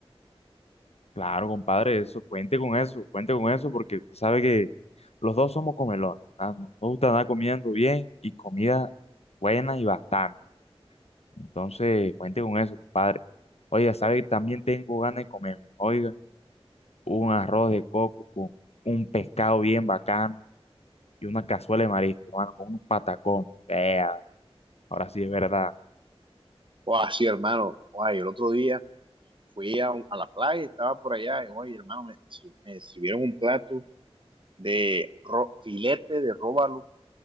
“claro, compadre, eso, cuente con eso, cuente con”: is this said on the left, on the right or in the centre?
Left